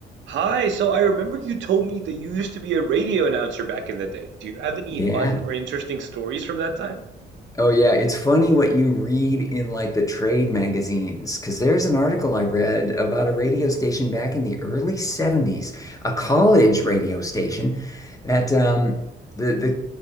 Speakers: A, on the right (about 70°); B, on the left (about 15°).
A: Hi, so I remember you told me that you used to be a radio announcer back in the day. Do you have any
B: Yeah.
A: fun or interesting stories from that time?
B: Oh, yeah. It's funny what you read in like the trade magazines, because there's an article I read about a radio station back in the early 70s, a college radio station that um, the, the